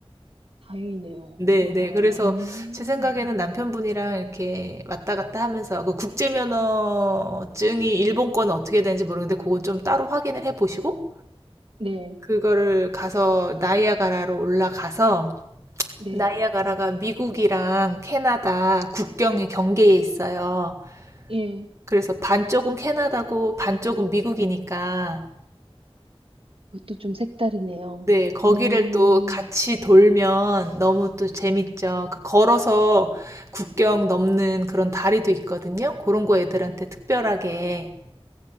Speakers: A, on the right (about 65°); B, on the right (about 30°).
A: 다행이네요.
B: 네,
A: 아,
B: 네.
A: 막,
B: 그래서
A: 음.
B: 제 생각에는 남편분이랑 이렇게 왔다 갔다 하면서 그 국제면허증이 일본권 어떻게 되는지 모르겠는데 그건 좀 따로 확인을 해 보시고
A: 네,
B: 그거를 가서 나이아가라로 올라가서
A: 네,
B: 나이아가라가 미국이랑 캐나다 국경의 경계에 있어요.
A: 예.
B: 그래서 반쪽은 캐나다고 반쪽은 미국이니까
A: 그것도 좀 색다르네요.
B: 네, 거기를
A: 오.
B: 또 같이 돌면 너무 또 재밌죠. 그 걸어서 국경 넘는 그런 다리도 있거든요. 그런 거 애들한테 특별하게